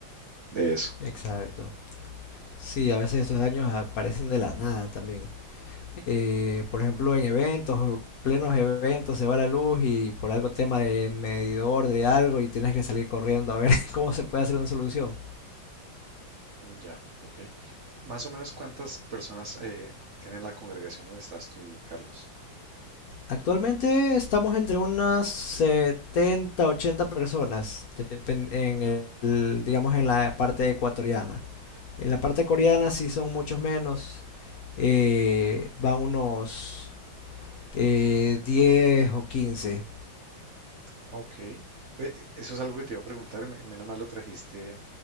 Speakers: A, on the right; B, on the left.
A: de eso.
B: exacto. Sí, a veces estos daños aparecen de la nada también. eh, por ejemplo, en eventos, plenos eventos, se va la luz y por algo tema de medidor de algo y tienes que salir corriendo a ver <laughs> cómo se puede hacer una solución.
A: Mm, Ya, ok. Más o menos cuántas personas eh, tiene la congregación donde estás tú, Carlos.
B: Actualmente estamos entre unas 70, 80 personas, depen- en el, digamos en la parte ecuatoriana. En la parte coreana sí son muchos menos, eh, van unos eh, 10 o 15.
A: Ah, ok. Ve, e- eso es algo que te iba a preguntar, me- menos mal lo trajiste